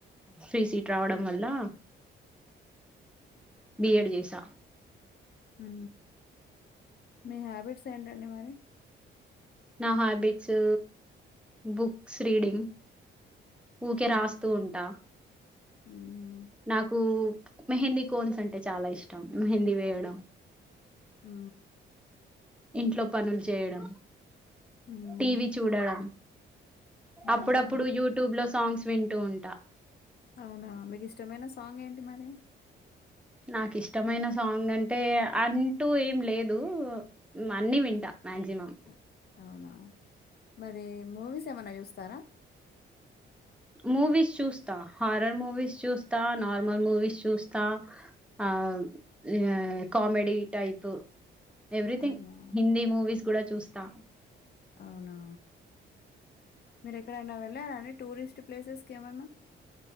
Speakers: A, in the centre; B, on the left.
A: త్రీ సీట్ రావడం వల్ల బిఎడ్ చేసా
B: ఉ మీ హ్యాబిట్స్ ఏంటండి మరి
A: నా హ్యాబిట్సు బుక్స్ రీడింగ్ ఊకే
B: మ్మ్.
A: రాస్తూ ఉంటా
B: మ్మ్.
A: నాకు మెహందీ కోన్స్ అంటే చాలా ఇష్టం మెహందీ వేయడం.
B: ఉ
A: ఇంట్లో పనులు చేయడం
B: మ్మ్.
A: టీవీ చూడడం అప్పుడప్పుడు
B: అవునా
A: యూట్యూబ్ లో సాంగ్స్ వింటూ ఉంటా.
B: అవునా మీకు ఇష్టమైన సాంగ్ ఏంటి మరి
A: నాకు ఇష్టమైన సాంగ్ అంటే అంటూ ఎమ్ లేదు అన్ని వింటా. మాక్సిమమ్
B: అ- అవునా మరి మూవీస్ ఏమన్నా చూస్తారా
A: మూవీస్ చూస్తా హారర్ మూవీస్ చూస్తా నార్మల్ మూవీస్ చూస్తా అ ఆ కామెడి టైప్ ఎవ్రీథింగ్
B: అవునా
A: హిందీ మూవీస్ కూడా చూస్తా
B: అవునా మీరె ఎక్కడైనా వెళ్ళారండి టూరిస్ట్ ప్లేసెస్ కి ఏమన్నా